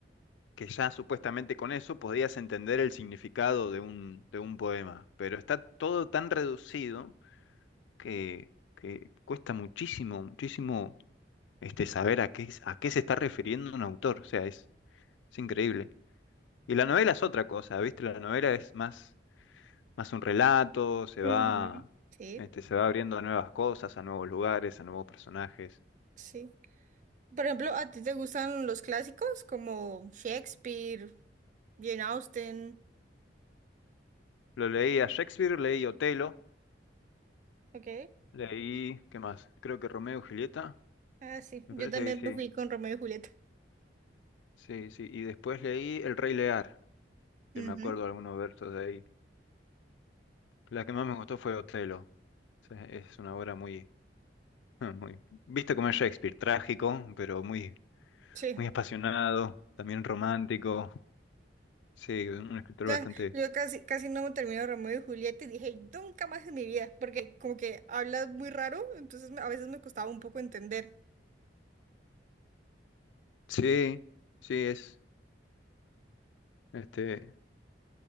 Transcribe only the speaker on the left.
que ya supuestamente con eso podías entender el significado de un, de un poema, pero está todo tan reducido que, que cuesta muchísimo, muchísimo este, saber a qué, a qué se está refiriendo un autor, o sea, es, es increíble. Y la novela es otra cosa, ¿viste? La novela es más, más un relato, se va,
este, se va abriendo a nuevas cosas, a nuevos lugares, a nuevos personajes.
Lo leí a Shakespeare, leí Otelo,
leí, ¿qué más? Creo que Romeo y Julieta,
me
parece
que sí.
Sí, sí, y después leí El Rey Lear, que
me acuerdo algunos versos de ahí. La que más me gustó fue Otelo. O sea, es una obra muy, <laughs> muy, viste como es Shakespeare, trágico, pero muy,
muy apasionado, también romántico. Sí, un escritor
bastante.
Sí, sí, es, este,